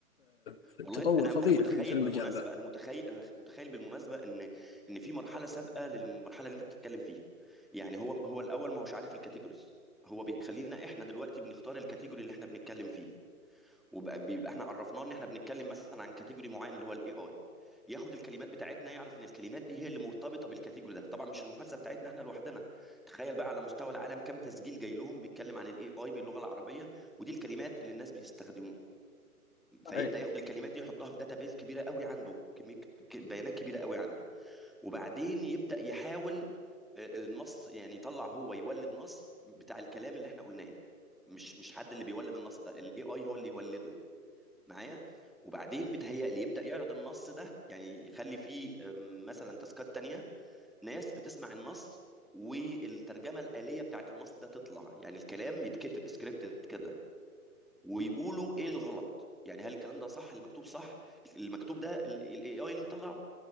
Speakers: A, on the left; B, in the centre.
A: فتطور
B: والله انا
A: فظيع
B: انا متخيل
A: في في المجال
B: بالمناسبه
A: ذا
B: انا متخيل انا متخيل بالمناسبه ان ان في مرحله سابقه للمرحله اللي انت بتتكلم فيها يعني هو هو الاول ما هوش عارف الكاتيجوريز هو بيخلينا احنا دلوقتي بنختار الكاتيجوري اللي احنا بنتكلم فيه وبيبقى احنا عرفناه ان احنا بنتكلم مثلا عن كاتيجوري معين اللي هو الاي اي ياخد الكلمات بتاعتنا يعرف ان الكلمات دي هي اللي مرتبطه بالكاتيجوري ده طبعا مش المحادثه بتاعتنا احنا لوحدنا تخيل بقى على مستوى العالم كم تسجيل جاي لهم بيتكلم عن الاي اي باللغه العربيه ودي الكلمات اللي الناس بيستخدموها
A: صحيح
B: فيبدا ياخد الكلمات دي يحطها في داتابيز كبيره قوي عنده كميه ك- بيانات كبيره قوي عنده وبعدين يبدا يحاول آه، النص يعني يطلع هو يولد نص بتاع الكلام اللي احنا قلناه مش مش حد اللي بيولد النص ده الاي اي هو اللي يولده معايا وبعدين بتهيأ لي يبدا يعرض النص ده يعني يخلي فيه آم، مثلا تاسكات تانية ناس بتسمع النص والترجمه الآلية بتاعت النص ده تطلع يعني الكلام يتكتب سكريبت كده ويقولوا ايه الغلط يعني هل الكلام ده صح المكتوب صح المكتوب ده الاي اي اللي مطلعه